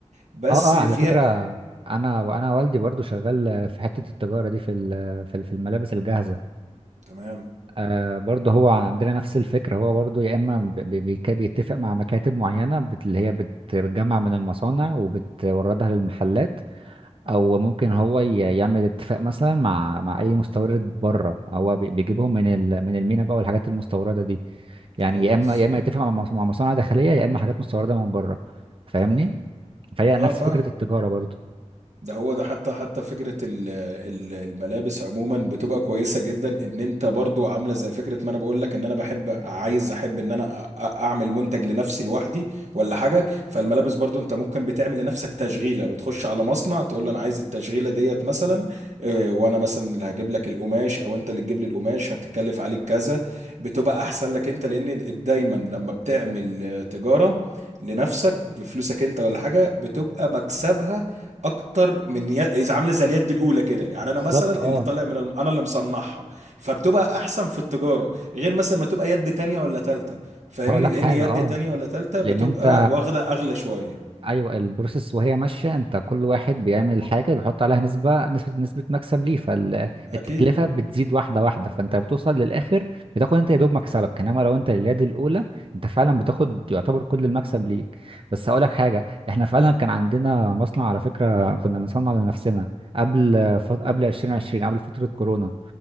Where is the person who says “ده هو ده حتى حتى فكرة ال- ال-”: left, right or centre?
Right